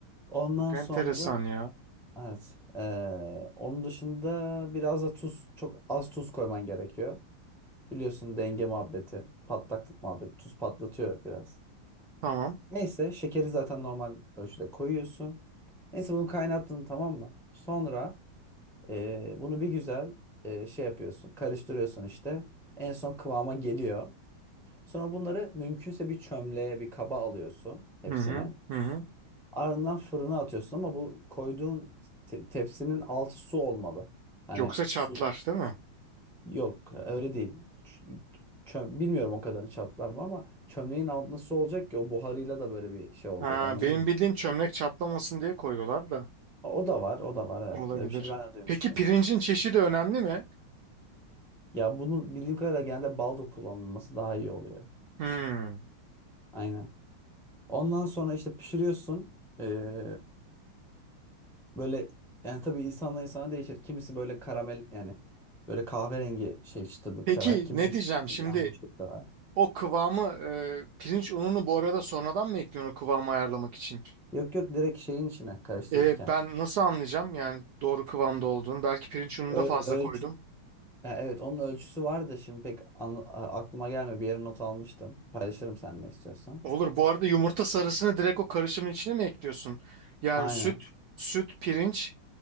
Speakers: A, in the centre; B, on the right (about 90°).
A: Ondan
B: Çok enteresan
A: sonra
B: ya.
A: evet. ee, onun dışında biraz da tuz. Çok az tuz koyman gerekiyor. Biliyorsun denge muhabbeti. Patlaklık muhabbeti. Tuz patlatıyor biraz.
B: Tamam.
A: Neyse şekeri zaten normal ölçüde koyuyorsun. Neyse bunu kaynattın tamam mı? Sonra Ee, bunu bir güzel e, şey yapıyorsun, karıştırıyorsun işte. En son kıvama geliyor. Sonra bunları mümkünse bir çömleğe, bir kaba alıyorsun hepsini.
B: Hı hı. Hı hı.
A: Ardından fırına atıyorsun ama bu koyduğun te- tepsinin altı su olmalı. Hani
B: Yoksa çatlar
A: su
B: değil mi?
A: yok, öyle değil. Ç- çö- bilmiyorum o kadarını çatlar mı ama çömleğin altında su olacak ki o buharıyla da böyle bir şey olacak
B: Ha,
A: anladın
B: benim
A: mı?
B: bildiğim çömlek çatlamasın diye koyuyorlar da.
A: O o da var, o da var
B: Olabilir.
A: evet. Öyle bir şey ben de duymuştum.
B: Peki pirincin çeşidi önemli mi?
A: Ya bunu bildiğim kadarıyla genelde balda kullanılması daha iyi oluyor.
B: Hmm.
A: Aynen. Ondan sonra işte pişiriyorsun. Ee, böyle yani tabii insanla insana değişir. Kimisi böyle karamel yani böyle kahverengi şey çıtırlık
B: Peki
A: sever. Kimisi
B: ne diyeceğim şimdi?
A: yanmışlık sever.
B: O kıvamı e, pirinç ununu bu arada sonradan mı ekliyorsun o kıvamı ayarlamak için?
A: Yok yok direkt şeyin içine karıştırırken.
B: E, ben nasıl anlayacağım yani doğru kıvamda olduğunu? Belki pirinç ununu
A: Ö-
B: da fazla
A: ölçü
B: koydum.
A: Ha, evet onun ölçüsü var da şimdi pek an- a- aklıma gelmiyor. Bir yere not almıştım. Paylaşırım seninle istiyorsan.
B: Olur. Bu arada yumurta sarısını direkt o karışımın içine mi ekliyorsun? Yani
A: Aynen.
B: süt, süt, pirinç,